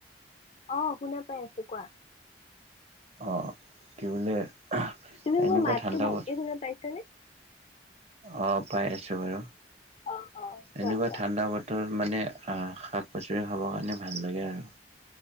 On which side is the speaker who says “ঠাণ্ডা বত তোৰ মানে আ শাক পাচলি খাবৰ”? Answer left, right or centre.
Right